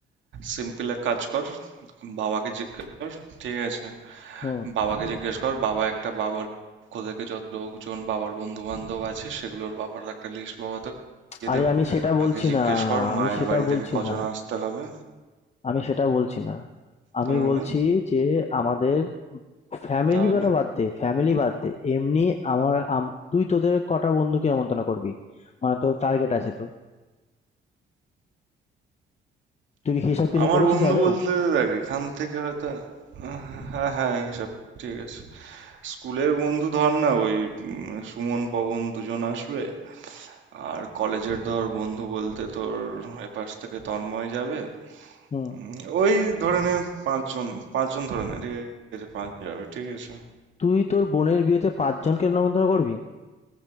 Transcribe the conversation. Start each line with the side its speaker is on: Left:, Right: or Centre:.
Right: সিম্পল এক কাজ কর বাবাকে জিজ্ঞেস কর ঠিক আছে
Left: হুম
Right: বাবাকে জিজ্ঞেস কর বাবা একটা বাবার পক্ষ থেকে যত লোকজন বাবার বন্ধু বান্ধব আছে সেগুলোর বাবার একটা লিস্ট বাবা তো দিয়ে
Left: আরে
Right: দেবে
Left: আমি সেটা বলছি
Right: আগে জিজ্ঞেস
Left: না
Right: কর
Left: আমি
Right: মায়ের
Left: সেটা
Right: বাড়ি
Left: বলছি
Right: থেকে কজন
Left: না
Right: আসতে হবে
Left: আমি সেটা বলছি না আমি
Right: তাহলে
Left: বলছি যে আমাদের ফ্যামিলি
Right: তাহলে
Left: কথা বাদ দে ফ্যামিলি বাদ দে এমনি আমার আম- তুই তোদের কটা বন্ধুকে নেমন্তন্ন করবি মানে তোর টার্গেট আছে তো তুই কি হিসাব কিছু
Right: আমার
Left: করেছিস
Right: বন্ধু
Left: আদেও
Right: বলতে দেখ এখান থেকে হয়তো হ্যাঁ হ্যাঁ হিসাব ঠিক আছে স্কুলের বন্ধু ধর না ওই উম, সুমন পবন দুজন আসবে আর কলেজের ধর বন্ধু বলতে তোর এপাশ থেকে তন্ময় যাবে
Left: হুম
Right: উম, ওই ধরে নে পাঁচজন পাঁচজন ধরে নে ঠিক আছে পাঁচ যাবে ঠিক আছে
Left: তুই তোর বোনের বিয়েতে পাঁচজনকে নেমন্তন্ন করবি